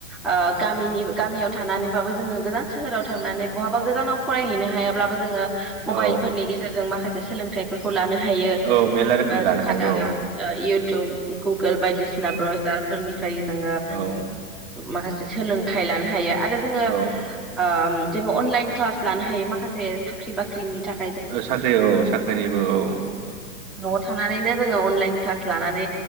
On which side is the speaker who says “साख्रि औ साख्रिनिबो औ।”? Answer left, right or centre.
Right